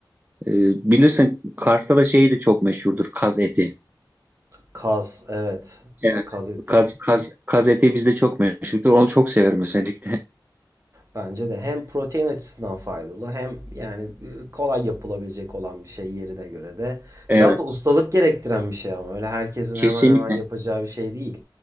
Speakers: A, on the right (about 25°); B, on the right (about 40°).
A: E, bilirsin Kars'ta da şey de çok meşhurdur kaz eti.
B: Kaz, evet.
A: Evet.
B: Kaz eti.
A: Kaz kaz kaz eti bizde çok meşhurdur. Onu çok severim özellikle.
B: Bence de hem protein açısından faydalı hem yani e, kolay yapılabilecek olan bir şey yerine göre de.
A: <laughs>
B: Biraz
A: Evet.
B: da ustalık gerektiren bir şey ama öyle herkesin
A: Kesinlikle.
B: hemen hemen yapacağı bir şey değil.